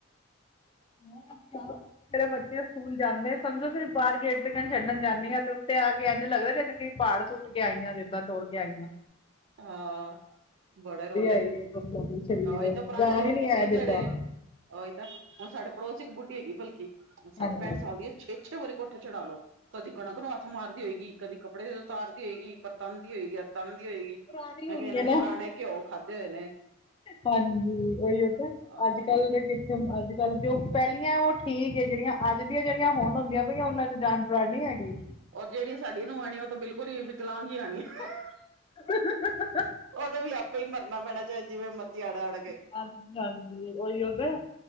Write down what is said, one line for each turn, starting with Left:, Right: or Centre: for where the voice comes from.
Left: ਹਣ <unintelligible> ਮੇਰੇ ਬੱਚੇ ਸਕੂਲ ਜਾਂਦੇ ਸਮਝੋ ਫਿਰ ਬਾਹਰ ਗੇਟ ਦੇ ਕਹਿਣ ਛੱਡਣ ਜਾਂਦੀ ਆਂ ਤੇ ਉੱਤੇ ਆ ਕੇ ਇੰਝ ਲੱਗਦਾ ਕਿ ਕਈ ਪਹਾੜ ਉੱਠ ਕੇ ਆਈਆ, ਜਿੱਦਾਂ ਤੋੜ ਕੇ ਆਈਆ।
Right: ਹਾਂ, ਬੜੇ ਰੋਲੇ
Left: ਆਈ
Right: ਨੇ,
Left: ਹੈ ਮਤਲਬ ਸਰੀਰ
Right: ਉਹੀ ਤਾਂ ਪੁਰਾਣੇ
Left: ਜਾਨ
Right: ਲੋਕ
Left: ਨੀ
Right: ਹੀ
Left: ਹੈ
Right: ਸੀ
Left: ਜਿੱਦਾਂ
Right: ਜਿਹੜੇ ਉਹੀ ਤਾਂ ਸਾਡੇ ਪੜੋਸੀ ਇੱਕ ਬੁੱਢੀ ਹੈਗੀ ਬਲਕਿ ਸੱਠ
Left: ਹਾਂਜੀ
Right: ਪੈਂਹਟ ਸਾਲ ਦੀ ਛੇ-ਛੇ ਵਾਰੀ ਕੋਠੇ ਚੜਾ ਲੋ, ਕਦੀ ਕਣਕ ਨੂੰ ਹੱਥ ਮਾਰਦੀ ਹੋਏਗੀ ਕਦੀ ਕੱਪੜੇ ਤਾਰਦੀ ਹੋਏਗੀ, ਬਰਤਾਦੀ ਹੋਏਗੀ, ਤਨਦੀ ਹੋਏਗੀ।
Left: ਪੁਰਾਣੀ
Right: ਮੈਂ
Left: ਹੋਣੀ
Right: ਕਿਹਾ ਇਹਨਾਂ
Left: ਹੈ ਨਾ
Right: ਨੇ ਪੁਰਾਣੇ ਘਿਓ ਖਾਧੇ ਹੋਏ ਨੇ
Left: ਹਾਂਜੀ, ਉਹੀਓ ਤਾਂ
Right: ਅਹ
Left: ਅੱਜ-ਕੱਲ ਦੇ ਕਿੱਥੇ ਅੱਜ-ਕੱਲ ਜੋ ਪਹਿਲੀਆਂ ਉਹ ਠੀਕ ਏ ਜਿਹੜੀਆ ਅੱਜ ਦੀਆਂ ਜਿਹੜੀਆ ਹੁਣ ਹੁੰਦੀਆ ਪਈਆ ਉਹਨਾਂ ਚ ਜਾਣ, ਪੁਰਣੀ ਹੈਗੀ।
Right: ਔਰ ਜਿਹੜੀਆਂ ਸਾਡੀਆਂ ਨੂੰਹਾਂ ਆਉਣੀਆਂ ਉਹ ਤਾਂ ਬਿਲਕੁਲ ਹੀ ਵਿਕਲਾਂਗ ਹੀ ਆਉਣੀਆ।
Left: <unintelligible>
Right: ਉਦੋਂ ਵੀ ਆਪੇ ਹੀ ਮਰਨਾ ਪੈਣਾ ਚਾਹੇ ਜਿਵੇਂ ਮਰਜ਼ੀ ਅੜ ਅੜ ਕੇ
Left: ਹਾਂਜੀ-ਹਾਂਜੀ, ਓਹੀਓ ਦੇ।